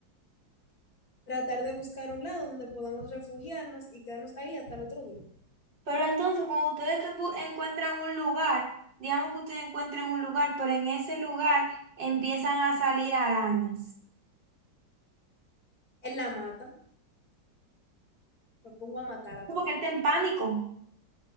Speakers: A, on the left (about 50°); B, on the right (about 70°).
A: tratar de buscar un lado donde podamos refugiarnos y quedarnos ahí hasta el otro día.
B: Pero entonces, cuando ustedes te bu- encuentran un lugar, digamos que ustedes encuentren un lugar, pero en ese lugar empiezan a salir arañas.
A: En la mata, me pongo a matar a
B: No,
A: todito
B: porque él está en pánico.